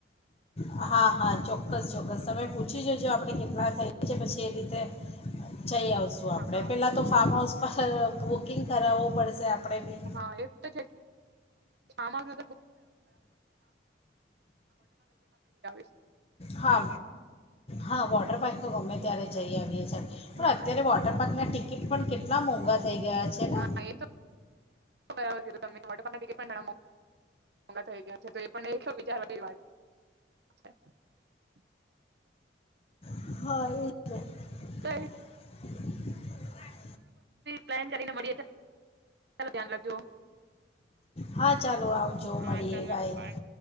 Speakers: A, on the left (about 35°); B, on the right (about 60°).
A: હા, હા ચોક્કસ ચોક્કસ તમે પૂછી, જજો આપણે કેટલા થઈએ છે, પછી એ રીતે <unintelligible> જઈ, આવશું આપણે
B: હા
A: પહેલાં તો ફાર્મ હાઉસ. <unintelligible> બુકિંગ કરાવવું પડશે. આપણે બી
B: હા એક તો છેમાનગર <unintelligible> <unintelligible>
A: હા હા વોટર પાર્ક તો ગમે ત્યારે જઈ આવીએ છીએ. પણ
B: હા
A: અત્યારે વોટર પાર્કના ટી. પણ કેટલા મોંઘા. થઈ ગયા છે ને.
B: હા <inaudible> વાત.
A: હ
B: છે.
A: એ.
B: પ્લાન કરીને મળી ધ્યાન રાખજો.
A: હા ચાલો આવજો
B: હા
A: મળીએ
B: તમે
A: ભાઈ.
B: પણ